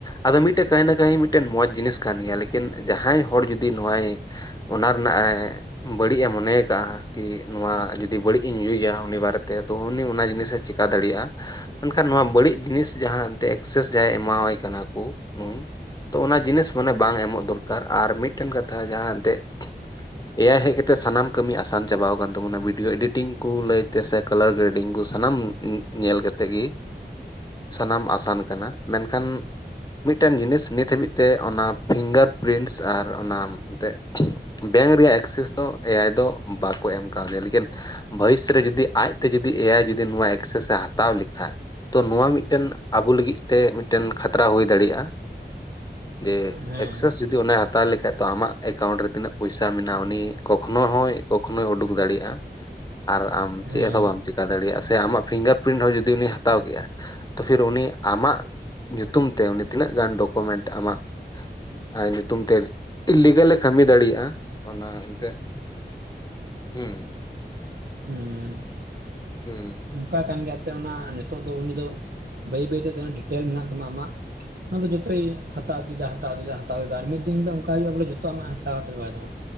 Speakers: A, on the left (about 20°); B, on the right (about 65°).
A: ᱟᱫᱚ ᱢᱤᱫᱴᱮᱱ ᱠᱟᱹᱦᱱᱟ ᱠᱟᱹᱦᱤ ᱢᱤᱫᱴᱮᱱ ᱢᱚᱸᱡᱽ ᱡᱤᱱᱤᱥ ᱠᱟᱱ ᱜᱮᱭᱟ ᱞᱮᱠᱤᱱ ᱡᱟᱦᱟᱸᱭ ᱦᱚᱲ ᱡᱩᱫᱤ ᱱᱚᱟᱭ, ᱚᱱᱟ ᱨᱮᱱᱟᱜ ᱮ ᱵᱟᱹᱲᱤᱡᱼ ᱮ ᱢᱚᱱᱮ ᱠᱟᱜᱼᱟ, ᱠᱤ ᱱᱚᱣᱟ ᱡᱩᱫᱤ ᱵᱟᱹᱲᱤᱡ ᱤᱧ ᱤᱭᱩᱡᱟ ᱩᱱᱤ ᱵᱟᱨᱮᱛᱮ ᱛᱚ ᱩᱱᱤ ᱚᱱᱟ ᱡᱤᱱᱤᱥᱮ ᱪᱮᱠᱟ ᱫᱟᱲᱮᱭᱟᱜᱼᱟ᱾ ᱢᱮᱱᱠᱷᱟᱱ ᱱᱚᱣᱟ ᱵᱟᱹᱲᱤᱡ ᱡᱤᱱᱤᱥ ᱡᱟᱦᱟᱸ ᱮᱱᱛᱮᱡ ᱮᱠᱥᱮᱥ ᱡᱟᱦᱟᱸᱭ ᱮᱢᱟᱣᱟᱭ ᱠᱟᱱᱟ ᱠᱚ ᱱᱩᱭ, ᱚᱱᱟ ᱡᱤᱱᱤᱥ ᱢᱟᱱᱮ ᱵᱟᱝ ᱮᱢᱚᱜ ᱫᱚᱨᱠᱟᱨ ᱟᱨ ᱢᱤᱫᱴᱮᱱ ᱠᱟᱛᱷᱟ ᱡᱟᱦᱟᱸ ᱫᱮᱡ, ᱮᱭᱟᱭ ᱦᱮᱡ ᱠᱟᱛᱮ ᱥᱟᱱᱟᱢ ᱠᱟᱹᱢᱤ ᱟᱥᱟᱱ, ᱪᱟᱵᱟᱟᱣ ᱠᱟᱱ ᱛᱟᱵᱚᱱᱟ ᱵᱷᱤᱰᱤᱭᱳ ᱮᱰᱤᱴᱤᱝ ᱠᱚ ᱞᱟᱹᱭ ᱛᱮ ᱥᱮ ᱠᱟᱞᱟᱨ ᱜᱨᱮᱰᱤᱝ ᱠᱚ ᱥᱟᱱᱟᱢ ᱧᱮᱞ ᱠᱟᱛᱮ ᱜᱮ, ᱥᱟᱱᱟᱢ ᱟᱥᱟᱱ ᱠᱟᱱᱟ ᱢᱮᱱᱠᱷᱟᱱ? ᱢᱤᱫᱴᱮᱱ ᱡᱤᱱᱤᱥ ᱱᱤᱛ ᱦᱟᱹᱵᱤᱡ ᱛᱮ ᱚᱱᱟ ᱯᱷᱤᱝᱜᱟᱨ ᱯᱨᱤᱱᱥ ᱟᱨ ᱚᱱᱟ, ᱛᱮᱫ ᱵᱮᱝᱠ ᱨᱮᱭᱟᱜ ᱮᱠᱥᱮᱥ ᱫᱚ ᱮᱭᱟᱭ ᱫᱚ ᱵᱟᱠᱚ ᱮᱢ ᱠᱟᱣᱫᱮᱭᱟ ᱞᱮᱠᱤᱱ? ᱵᱷᱚᱭᱤᱥ ᱨᱮ ᱡᱩᱫᱤ ᱟᱡᱛᱮ ᱡᱩᱫᱤ ᱮᱭᱟᱭ ᱡᱩᱫᱤ ᱱᱚᱣᱟ ᱮᱠᱥᱮᱥ ᱮ ᱦᱟᱛᱟᱣ ᱞᱮᱠᱷᱟᱡ? ᱛᱚ ᱱᱚᱣᱟ ᱢᱤᱫᱴᱮᱱ ᱟᱵᱚ ᱞᱟᱹᱜᱤᱫ ᱛᱮ ᱢᱤᱫᱴᱮᱱ ᱠᱷᱟᱛᱨᱟ ᱦᱩᱭ ᱫᱟᱲᱮᱭᱟᱜᱼᱟ᱾ ᱡᱮ
B: ᱦᱮᱸ
A: ᱮᱠᱥᱮᱥ ᱡᱩᱫᱤ ᱚᱱᱟᱭᱟᱫ, ᱛᱟᱦᱚᱞᱮ ᱠᱷᱟᱡ ᱛᱚ ᱟᱢᱟᱜ ᱮᱠᱟᱣᱩᱸᱴ ᱨᱮ ᱛᱤᱱᱟᱹᱜ ᱯᱚᱭᱥᱟ ᱢᱮᱱᱟᱜᱼᱟ ᱩᱱᱤ ᱠᱚᱠᱷᱚᱱᱚ ᱦᱚᱸᱭ ᱠᱚᱠᱷᱚᱱᱳᱭ ᱩᱰᱩᱠ ᱫᱟᱲᱮᱭᱟᱜᱼᱟ ᱟᱨ ᱟᱢ
B: ᱦᱮᱸ
A: ᱪᱮᱫ ᱦᱚᱸᱛᱚ ᱵᱟᱢ ᱪᱮᱠᱟ ᱫᱟᱲᱮᱭᱟᱜᱼᱟ᱾ ᱥᱮ ᱟᱢᱟᱜ ᱯᱷᱤᱝᱜᱟᱨ ᱯᱨᱤᱱᱴ ᱦᱚᱸ ᱡᱩᱫᱤ ᱩᱱᱤᱭ ᱦᱟᱛᱟᱣ ᱠᱮᱜᱼᱟᱭ, ᱛᱚ ᱯᱷᱤᱨ ᱩᱱᱤ ᱟᱢᱟᱜ ᱧᱩᱛᱩᱢ ᱛᱮ ᱩᱱᱤ ᱛᱤᱱᱟᱹᱜ ᱜᱟᱱ ᱰᱚᱠᱳᱢᱮᱱᱴ ᱟᱢᱟᱜ ᱟᱨ ᱧᱩᱛᱩᱢ ᱛᱮ ᱞᱤᱜᱟᱹᱞᱮ ᱠᱟᱹᱢᱤ ᱫᱟᱲᱮᱭᱟᱜᱼᱟ ᱚᱱᱟ ᱮᱱᱛᱮᱫ ᱦᱩᱸ
B: ᱦᱩᱸᱻ
A: ᱦᱩᱸ
B: ᱚᱱᱠᱟ ᱠᱟᱱ ᱜᱮᱭᱟ ᱛᱚ ᱚᱱᱟ ᱱᱤᱛᱚᱜ ᱫᱚ ᱩᱱᱤ ᱫᱚ ᱵᱟᱹᱭ ᱵᱟᱹᱭ ᱛᱤᱱᱟ. ᱜ ᱰᱤᱴᱮᱞ ᱢᱮᱱᱟᱜ ᱛᱟᱢᱟ ᱟᱢᱟᱜ ᱚᱱᱟ ᱫᱚ ᱡᱚᱛᱚᱭ ᱦᱟᱛᱟᱣ ᱤᱫᱤ ᱮᱫᱟ ᱦᱟᱛᱟᱣ ᱤᱫᱤ ᱮᱫᱟ ᱦᱟᱛᱟᱣ ᱮᱫᱟ ᱟᱨ ᱢᱤᱫ ᱫᱤᱱ ᱫᱚ ᱚᱱᱠᱟ ᱦᱩᱭᱩᱜᱼᱟ ᱵᱚᱞᱮ ᱡᱚᱛᱚ ᱟᱢᱟᱜ ᱦᱟᱛᱟᱣ ᱴᱟᱞᱵᱟ ᱛᱟᱢᱟ᱾